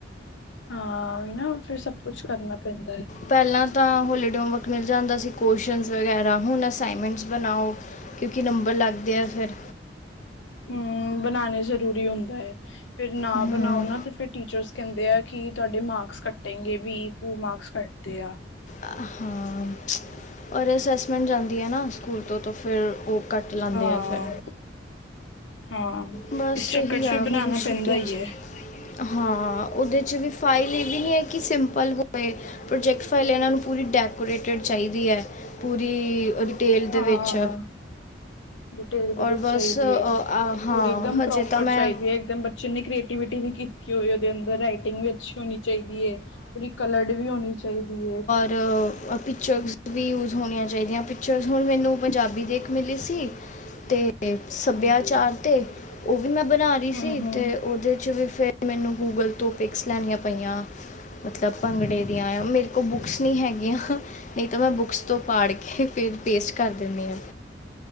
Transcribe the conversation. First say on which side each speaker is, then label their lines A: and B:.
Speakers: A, on the left; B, on the left.
A: ਹਾਂ ਓਈ ਨਾ ਫਿਰ ਸਬ ਕੁਛ ਕਰਨਾ ਪੈਂਦਾ ਐ।
B: ਪੈਲਾਂ ਤਾਂ ਹੋਲੀਡੇ ਹੋਮਵਰਕ ਮਿਲ ਜਾਂਦਾ ਸੀ। ਕੁਅਸ਼ਨਜ ਵਗੈਰਾ ਹੁਨ ਅਸਾਈਨਮੈਂਟਸ ਬਨਾਓ, ਕਿਓਂਕਿ ਨੰਬਰ ਲੱਗਦੇ ਆ ਫੇਰ।
A: ਹੂੰ, ਬਨਾਨੇ ਜ਼ਰੂਰੀ ਹੁੰਦਾ ਏ। ਫਿਰ ਨਾ
B: ਹੂੰ
A: ਬਨਾਓ ਨਾ ਤੇ ਫਿਰ ਟੀਚਰਸ ਕੈਂਦੇ ਆ ਕੇ ਤੁਆਡੇ ਮਾਰਕਸ ਕੱਟੇਗੇਂ ਵੀ ਓ ਮਾਰਕਸ ਕੱਟਦੇ ਆ।
B: ਆ ਹਾਂ। ਔਰ ਅਸੈਸਮੈਂਟ ਜਾਂਦੀ ਐ ਨਾ ਸਕੂਲ ਤੋਂ ਤਾਂ ਫਿਰ ਓ ਕੱਟ ਲੈਂਦੇ
A: ਹਾਂ
B: ਆ ਫਿਰ।
A: ਹਾਂ
B: ਬਸ
A: ਇਸ ਚੱਕਰ
B: ਏਹੀ
A: ਚ ਫਿਰ
B: ਆ
A: ਬਣਾਣਾ
B: ਹੁਨ
A: ਪੈਂਦਾ
B: ਛੁੱਟੀਆਂ
A: ਹੀ
B: ਚ
A: ਹੈ
B: ਹਾਂ ਓਦੇ ਚ ਵੀ ਫਾਈਲ ਏ ਵੀ ਨਈਂ ਐ ਕੇ ਸਿੰਪਲ ਹੋਵੇ ਪ੍ਰੋਜੈਕਟ ਫਾਈਲ ਏਨਾਂ ਨੂੰ ਪੂਰੀ ਡੈਕੋਰੇਟਿਡ ਚਾਈਦੀ ਐ। ਪੂਰੀ ਓਦੀ ਤੇਲ ਦੇ
A: ਹਾਂ
B: ਵਿੱਚ
A: ਡਿਟੇਲ ਦੇ ਵਿੱਚ
B: ਔਰ ਬਸ
A: ਚਾਹੀਦੀ
B: ਅ
A: ਹੈ
B: ਹਾਂ।
A: ਪੂਰੀ ਇੱਕਦਮ
B: ਹਜੇ
A: ਪ੍ਰੋਪਰ
B: ਤਾਂ ਮੈਂ
A: ਚਾਈਦੀ ਐ ਏਕਦਮ ਬੱਚੇ ਨੇ ਕ੍ਰੀਏਟੀਵੀਟੀ ਵੀ ਕੀ, ਕੀ ਹੋਏ ਓਦੇ ਅੰਦਰ ਰਾਈਟਿੰਗ ਵੀ ਅੱਛੀ ਹੋਨੀ ਚਾਈਦੀ ਏ, ਪੂਰੀ ਕਲਰਡ ਵੀ ਹੋਨੀ ਚਾਈਦੀ ਏ।
B: ਰ ਅ ਪਿਚਗਸ ਵੀ ਯੂਜ਼ ਹੋਨੀਆਂ ਚਾਈਦੀਆਂ। ਪਿਚਰਸ ਹੁਨ ਮੈਨੂੰ ਪੰਜਾਬੀ ਦੇ ਇੱਕ ਮਿਲੀ ਸੀ ਤੇ ਸੱਭਿਆਚਾਰ
A: ਹਾਂਜੀ
B: ਤੇ ਓ ਵੀ ਮੈਂ ਬਨਾ ਰੀ
A: ਹਮ
B: ਸੀ
A: ਹਮ
B: ਤੇ ਓਦੇ 'ਚੋ ਵੀ ਫੇਰ ਮੈਨੂੰ ਗੂਗਲ ਤੋਂ ਪਿਕਸ ਲੈਨੀਆਂ ਪਈਆਂ ਮਤਲਬ ਭੰਗੜੇ ਦੀਆਂ ਏਯਾਂ। ਮੇਰੇ ਕੋਲ ਬੁਕਸ ਨੀ ਹੈਗੀਆਂ। ਨਈ ਤਾਂ ਮੈਂ ਬੁਕਸ ਤੋਂ ਪਾੜ ਕੇ ਫੇਰ ਪੇਸਟ ਕਰ ਦਿੰਨੀ ਆਂ।